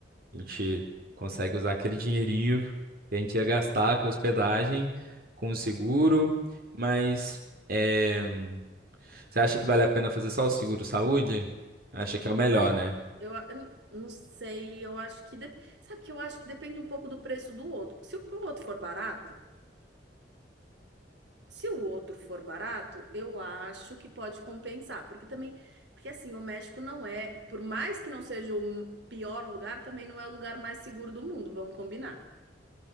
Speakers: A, on the right (about 55°); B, on the right (about 75°).
A: A gente consegue usar aquele dinheirinho que a gente ia gastar com hospedagem, com o seguro, mas. é, Você acha que vale a pena fazer só o seguro saúde? Acha que
B: Então
A: é o melhor,
B: eu acho que.
A: né?
B: Eu, a- eu não não sei, eu acho que. dep- Sabe que eu acho que depende um pouco do preço do outro. Porque se o outro for barato. Se o outro for barato, eu acho que pode compensar, porque também, porque assim, o México não é, por mais que não seja o pior lugar, também não é o lugar mais seguro do mundo, vamos combinar.